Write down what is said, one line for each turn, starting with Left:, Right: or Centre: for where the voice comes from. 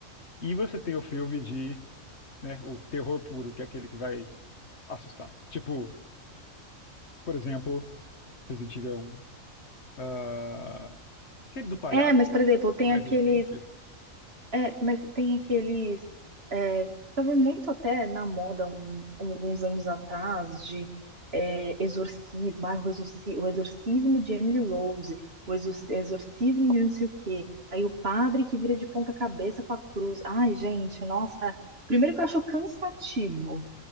Left: E você tem o filme de, né, o terror puro, que é aquele que vai assustar. Tipo, por exemplo, Resident Evil um ah, aquele do palhaço,
Right: É, mas, por exemplo, tem
Left: mais
Right: aqueles.
Left: recente.
Right: É, mas tem aqueles. É, tava muito até na moda um- alguns anos atrás de é, exorcismo, ah, o exorci- o exorcismo de Emily Rose, o exor- exorcismo de não sei o quê. Aí o padre que vira de ponta cabeça com a cruz. Ai, gente, nossa. Primeiro que eu acho cansativo.